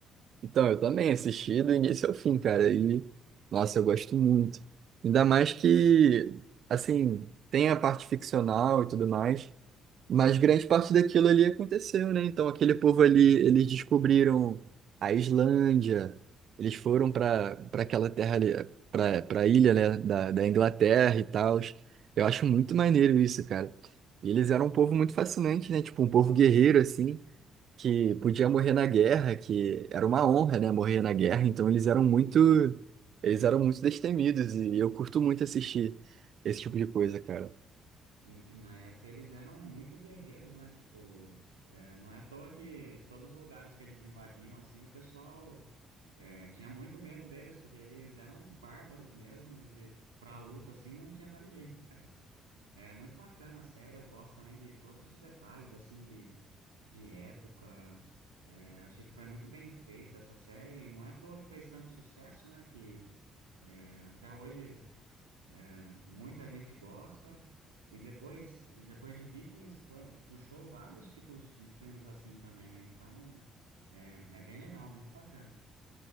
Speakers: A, on the right (about 55°); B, on the right (about 85°).
A: Então, eu também assisti do início ao fim, cara. E, nossa, eu gosto muito. Ainda mais que, assim, tem a parte ficcional e tudo mais, Mas grande parte daquilo ali aconteceu, né? Então aquele povo ali,
B: Sim,
A: eles descobriram a Islândia, eles foram para para aquela terra ali, para para a ilha, né, da, da Inglaterra e tal. Eu acho muito maneiro isso, cara. E eles eram um povo muito fascinante, né? Tipo, um povo guerreiro, assim, que podia morrer na guerra, que era uma honra, né, morrer na guerra. Então
B: sim,
A: eles eram muito,
B: sim.
A: eles eram muito destemidos e eu curto muito assistir esse tipo de coisa, cara.
B: E, e na época eles eram muito guerreiros, né? Tipo, é, não é à toa que todos os lugares que eles invadiam, assim, o pessoal É, tinha muito medo deles, porque eles eram bárbaros mesmos e pra luta, assim, não tinha pra ninguém. É muito bacana a série, eu gosto também de todos os detalhes, assim, de, de época. É, achei que foi muito bem feita essa série, e não é à toa que fez tanto sucesso, né, que é, até hoje é, muita gente gosta. E depois, e depois de Vikings, foi- puxou vários tipos de filmes assim também, né? Então, é, é bem legal, muito bacana.